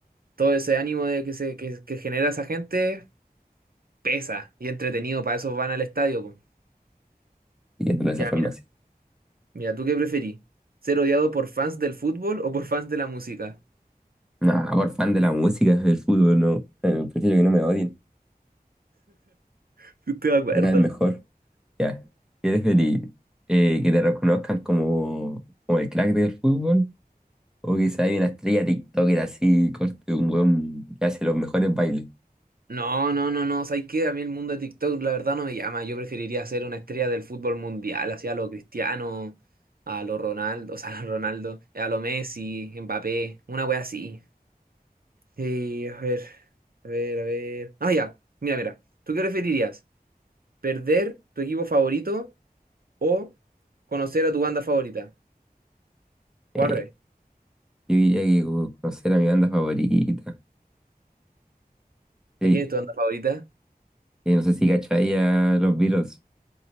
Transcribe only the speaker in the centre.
viéndolo de
esa forma
así.
No, por fan de la música, del fútbol, no. Eh, Prefiero que no me odien,
me caen mejor. Ya, ¿quieres feliz? Eh, ¿que te reconozcan como, como el crack del fútbol? O quizá hay una estrella TikToker así, corte, un weón que hace los mejores bailes.
Eh,
yo diría que como conocer a mi banda favorita. Sí,
eh, no sé si cacháis a los Beatles.